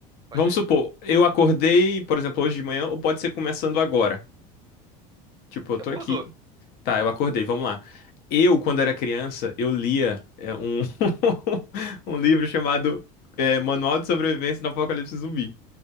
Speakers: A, on the right; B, on the left.
A: Pode
B: Vamos
A: ir.
B: supor, eu acordei, por exemplo, hoje de manhã, ou pode ser começando agora. Tipo,
A: Você
B: eu tô
A: acordou.
B: aqui. Tá, eu acordei, vamos lá. Eu, quando era criança, eu lia é, um, <laughs> um livro chamado é, Manual de Sobrevivência no Apocalipse Zumbi.